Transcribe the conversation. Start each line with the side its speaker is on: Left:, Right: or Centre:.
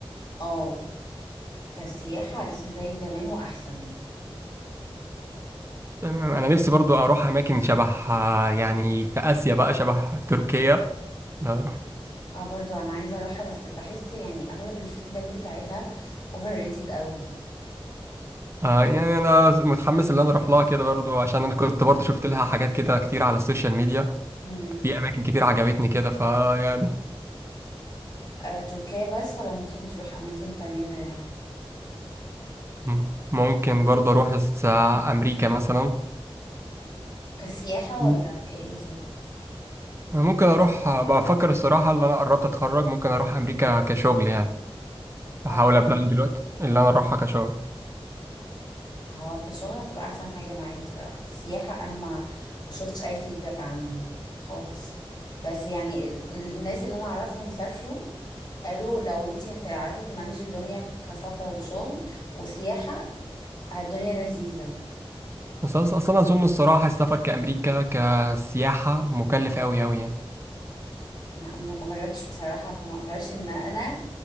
Left: اه كسياحة لسه زي زمان واحسن
Right: تمام انا نفسي برضو اروح اماكن شبه آه، يعني في اسيا بقى شبه تركيا لو رحت
Left: اه برضو انا عايزة اروحها بس بحس يعني اغلب الفيدباك بتاعتها اوفر ريتد قوي
Right: آه يعني انا متحمس ان انا اروح لها كده برضو عشان انا كنت برضو شفت لها حاجات كده كتير على السوشيال ميديا
Left: مم.
Right: في اماكن كتير عجبتني كده فيعني
Left: آه، تركيا بس ولا ممكن تروح اماكن تانية غيرها
Right: مم. ممكن برضو اروح الس- امريكا مثلا
Left: كسياحة
Right: مم.
Left: ولا كايه بالظبط
Right: ممكن اروح بفكر الصراحه اللي انا قربت اتخرج ممكن اروح امريكا كشغل يعني بحاول
Left: اه
Right: ابلان دلوقتي اللي انا اروحها كشغل
Left: هو كشغل هتبقى احسن حاجة معاك بصراحة كسياحة انا ما ما شفتش اي فيدباك عنها خالص بس يعني ال- الناس اللي انا اعرفهم سافروا قالوا لو انت هتعرفي تمانج الدنيا كسفر وشغل وسياحة الدنيا لذيذة
Right: بس أص- اصل انا اظن الصراحه السفر كامريكا كسياحه مكلف قوي قوي يعني
Left: لا ما ما جربتش بصراحة فما اقدرش ان انا